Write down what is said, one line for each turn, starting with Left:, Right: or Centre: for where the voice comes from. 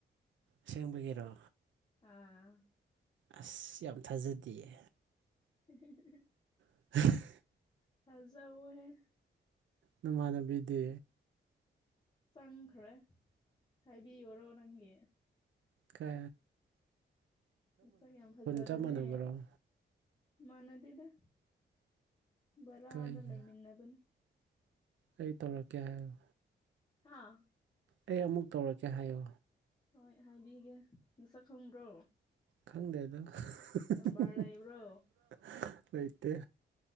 Right: ꯑꯁꯦꯡꯕꯒꯤꯔꯣ
Left: ꯑꯥ
Right: ꯑꯁ ꯌꯥꯝ ꯊꯥꯖꯗꯤꯌꯦ
Left: <inaudible>
Right: <inaudible>
Left: ꯊꯖꯧꯑꯣꯍꯦ
Right: ꯅꯃꯥꯟꯅꯕꯤꯗꯤ
Left: ꯆꯪꯈ꯭ꯔꯦ ꯍꯥꯏꯕꯤꯌꯣꯔꯣ ꯅꯪꯒꯤ
Right: ꯀꯥ
Left: ꯃꯁꯛ ꯌꯥꯝ ꯐꯖꯕꯅꯦ
Right: ꯆꯞ ꯃꯥꯟꯅꯕ꯭ꯔꯣ
Left: ꯃꯅꯗꯦꯗ ꯕꯔꯥꯗ
Right: ꯀꯥꯏꯒꯤ
Left: ꯂꯩꯃꯤꯟꯅꯕꯅꯦ
Right: ꯑꯩ ꯇꯧꯔꯛꯀꯦ ꯍꯥꯏꯌꯣ
Left: ꯍꯥ
Right: ꯑꯩ ꯑꯃꯨꯛ ꯇꯧꯔꯛꯀꯦ ꯍꯥꯏꯌꯣ
Left: ꯍꯣꯏ ꯍꯥꯏꯕꯤꯒꯦ ꯃꯁꯛ ꯈꯪꯕ꯭ꯔꯣ
Right: ꯈꯪꯗꯦꯗꯣ <unintelligible>
Left: ꯅꯝꯕꯔ ꯂꯩꯕ꯭ꯔꯣ
Right: ꯂꯩꯇꯦ